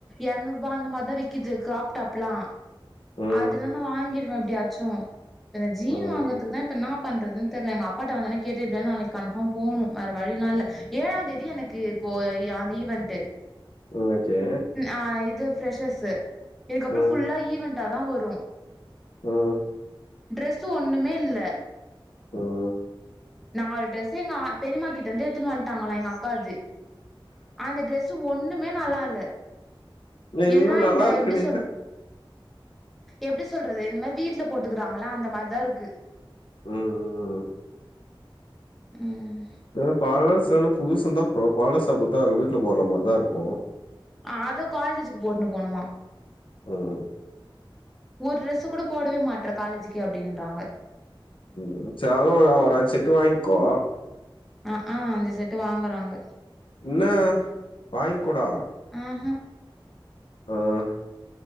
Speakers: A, in the centre; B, on the left.
A: எரநூறுருபா அந்த மார்தா விக்கிது கிராப் டாப்லா
B: ம்
A: அதுலா நா வாங்கிருவே எப்டியாச்சு இப்ப இந்த ஜீன்
B: ம்
A: வாங்குறத்துக்குதா இப்பன்னாப் பண்றது தெர்ல எங்கப்பாட்ட வந்தோனே கேட்டு எப்டியாது நாளைக்கி கன்ஃபர்ம் போனு வேறு வழில்லால்ல ஏழாந்தேதி எனக்கு இப்போ அந்த ஈவென்ட்டு
B: ரிவெஜ்ஜு
A: அ இது ஃப்ரஸ்ஸர்ஸு இதுக்கப்புறோ
B: ம்
A: ஃபுல்லா ஈவென்ட்டாதா வரு
B: ம்
A: ட்ரெஸ்ஸு ஒன்னுமேல்ல
B: ம்
A: நால் ட்ரெஸ்ஸு எங்க அ பெரிம்மாகிட்டந்து எத்துனு வன்ட்டாங்ளா எங்க அக்காது அந்த ட்ரெஸ் ஸு ஒண்ணுமே நல்லால்ல
B: இன்னு
A: எல்லா
B: நல்லா
A: இந்த
B: இருக்கு
A: எப்டி
B: நீ
A: சொல்ற
B: இந்த
A: எப்டி சொல்றது இந்த மாரி வீட்ல போட்டுக்கிறாங்ள அந்த மார்தாருக்கு
B: ம் ம்
A: ம்
B: ம் பழசென்ன புதுசுந்தா பழசு அப்டிதாருக்கு வீட்ல போற மாரிதாருக்கு
A: ஆது காலேஜுக்கு போட்னு போணுமா
B: உம்
A: ஒரு ட்ரெஸ் கூட போடவே மாட்ற காலேஜிக்கி அப்டின்றாங்க
B: ம் ச்ச அளவோட ஒரு அஞ்சு செட்டு வாங்க்கோ
A: அங்க்கா அஞ்சு செட்டு வாங்குறாங்க
B: என்னா வாங்க்கொடே
A: ஆஹ்ஹா
B: அஹ்